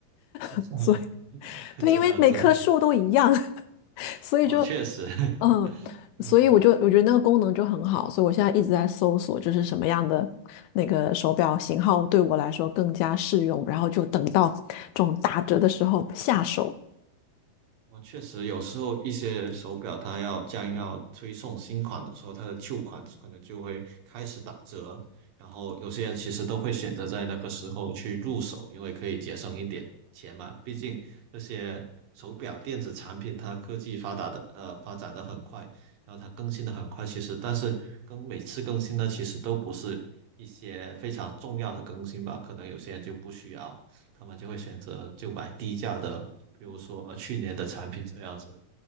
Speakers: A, on the right (about 70°); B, on the left (about 80°).
A: <laughs>
B: <laughs> 对，
A: 这样子，
B: 因为每棵树都一样，<laughs> 所以就
A: 哦，确实，
B: 嗯，
A: <laughs> 嗯。
B: 所以我就我觉得那个功能就很好，所以我现在一直在搜索，就是什么样的那个手表型号对我来说更加适用，然后就等到这种打折的时候下手。
A: 我确实有时候一些手表它要将要推送新款的时候，它的旧款可能就会开始打折，然后有些人其实都会选择在那个时候去入手，因为可以节省一点钱嘛。毕竟这些手表电子产品它科技发达的呃发展的很快，然后它更新的很快，其实但是更每次更新呢，其实都不是一些非常重要的更新吧，可能有些人就不需要。他们就会选择就买低价的，比如说呃去年的产品这样子。